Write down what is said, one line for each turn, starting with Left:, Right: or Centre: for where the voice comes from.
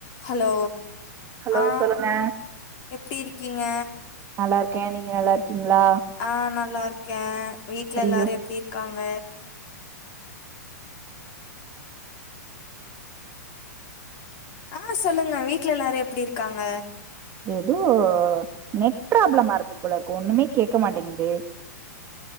Left: hello
Right: Hello
Left: ஆ
Right: சொல்லுங்க
Left: எப்டி இருக் கீங்க
Right: நல்லா இருக்கே நீங்க நல்லா இருக்கீங்களா
Left: ஆ நல்லா இருக்கே வீட்ல
Right: ஐயோ
Left: எல்லாரு எப்டி இருக்காங்க ஆ சொல்லுங்க வீட்ல எல்லாரு எப்டி இருக்காங்க
Right: ஏதோ நெட் ப்ராப்ளமா இருக்கு போலருக்கு ஒண்ணுமே கேட்க மாட்டேங்கிது